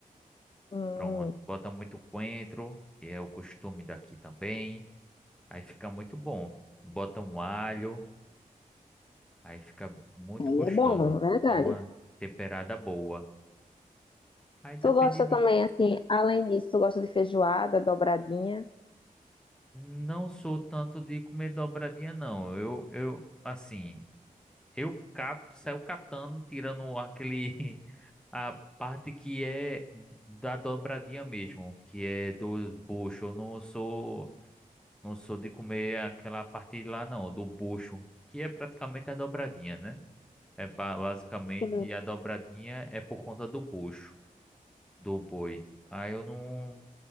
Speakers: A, on the left; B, in the centre.
A: Hum,
B: pronto, bota muito coentro, que é o costume daqui também. Aí fica muito bom. Bota um alho, aí fica muito
A: aí
B: gostoso.
A: é bom, é verdade.
B: Dá uma temperada boa. Aí depende
A: Tu gosta
B: de...
A: também, assim, além disso, tu gosta de feijoada, dobradinha?
B: Não sou tanto de comer dobradinha, não. Eu, eu, assim, eu cato, saio catando, tirando aquele... <laughs> A parte que é da dobradinha mesmo, que é dos buchos. Eu não sou, não sou de comer aquela parte lá, não, do bucho, que é praticamente a dobradinha, né? É ba- basicamente
A: Sim.
B: a dobradinha é por conta do bucho, do boi. Aí eu não,